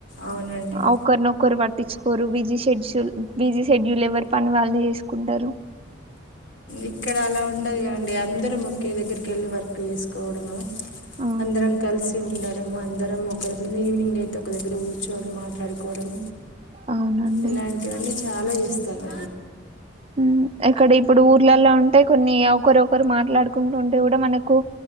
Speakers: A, on the left; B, on the right.
A: అవునండి
B: ఒకక్కరినొక్కరు పట్టించుకోరు busy sheds Chul busy schedule ఎవరు పని వాళ్ళు చేసుకుంటారు
A: ఇక్కడ అలా ఉండదు కాండి అందరం ఒకే దగ్గరకి వెళ్ళి వర్క్ చేసుకోవడము
B: ఆ
A: అందరం కలిసి ఉండాలి అందరం ఒక ఈవినింగ్ అయితే ఒక దగ్గర కూర్చొని మాట్లాడుకోవడం
B: అవునండి
A: ఇలాంటివన్నీ చాలా చేస్తాను
B: ఉమ్ అక్కడ ఇప్పుడు ఊర్లలో ఉంటే కొన్ని ఒకరు ఒకరు మాట్లాడుకుంటూ ఉంటే కూడా మనకు